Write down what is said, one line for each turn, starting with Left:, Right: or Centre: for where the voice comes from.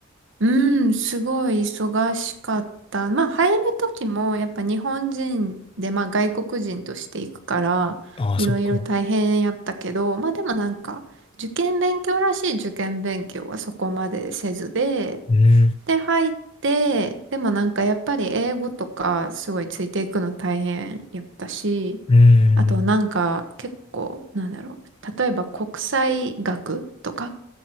Right: うん、すごい忙しかった。まあ入る時もやっぱ日本人で、まあ外国人として行くから、
Left: ああー、
Right: いろいろ大変やったけど、
Left: そっか。
Right: まあでもなんか、受験勉強らしい受験勉強はそこまでせずで、
Left: うん。
Right: で、入って、でもなんかやっぱり英語とかすごいついていくの大変やったし、
Left: うーん。
Right: あとなんか結構、なんだろう、例えば国際学とか